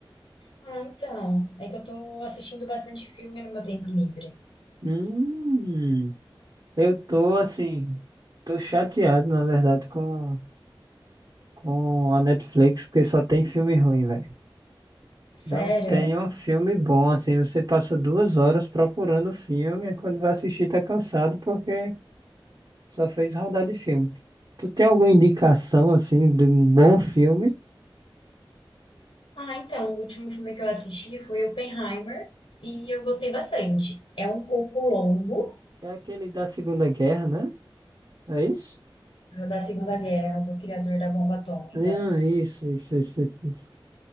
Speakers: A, on the left; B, on the right.
A: Ah, então, é que eu tô assistindo bastante filme no meu tempo livre.
B: Hum, eu tô assim, tô chateado, na verdade, com, com a Netflix, porque só tem filme ruim, velho. Não
A: Sério?
B: tem um filme bom, assim, você passa duas horas procurando o filme, e quando vai assistir tá cansado porque só fez rodar de filme. Tu tem alguma indicação, assim, de um bom filme?
A: Ah, então, o último filme que eu assisti foi Oppenheimer e eu gostei bastante. É um pouco longo,
B: É aquele da Segunda Guerra, né? É isso?
A: da Segunda Guerra, do criador da bomba atômica.
B: Ah, isso, isso, isso, isso. isso.